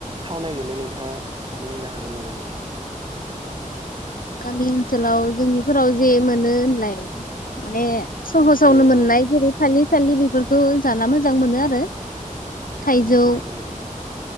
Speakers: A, on the right; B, on the left.
A: थावनाय मोनो नोंथाङा बुंनो हागोन नामा नोंथां?
B: गामि ओनसोलाव जोंनिफोराव जे मोनो होनलाय माने सहसावनो
A: औ
B: मोननाय
A: औ
B: जेरै खालि <unintelligible> लि बेफोरखौ जाना मोजां मोनो आरो थाइजौ
A: नंगौ नंगौ